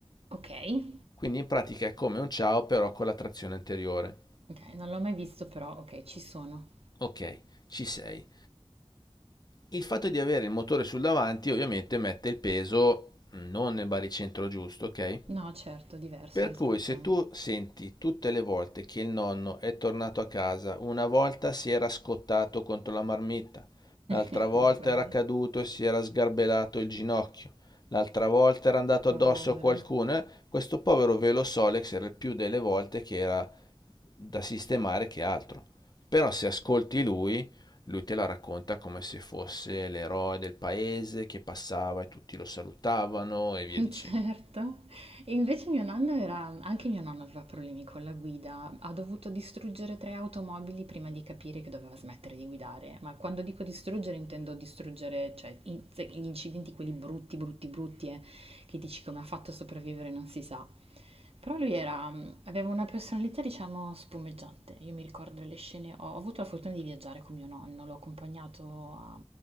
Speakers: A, on the right; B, on the left.
A: Okay,
B: Quindi in pratica è come un ciao però con la trazione anteriore.
A: okay, non l'ho mai visto però okay, ci sono.
B: Ok, ci sei. Il fatto di avere il motore sul davanti ovviamente mette il peso non nel baricentro giusto, ok?
A: No certo, diverso
B: Per
A: rispetto
B: cui se
A: a
B: tu senti tutte le volte che il nonno è tornato a casa, una volta si era scottato contro la marmitta, l'altra
A: <laughs> eh
B: volta
A: beh,
B: era caduto e si era sgarbellato il ginocchio, l'altra volta era andato
A: povero.
B: addosso a qualcuno, eh, questo povero velo Solex era il più delle volte che era da sistemare che altro. Però se ascolti lui, lui te la racconta come se fosse l'eroe del paese che passava e tutti lo salutavano e via
A: <laughs>
B: dicendo.
A: Certo. E invece mio nonno era anche mio nonno aveva problemi con la guida, ha dovuto distruggere tre automobili prima di capire che doveva smettere di guidare, ma quando dico distruggere intendo distruggere, cioè in- se- gli incidenti quelli brutti, brutti, brutti, eh, che dici come ha fatto a sopravvivere non si sa. Però lui era, aveva una personalità, diciamo, spumeggiante. Io mi ricordo le scene, ho, ho avuto la fortuna di viaggiare con mio nonno, l'ho accompagnato a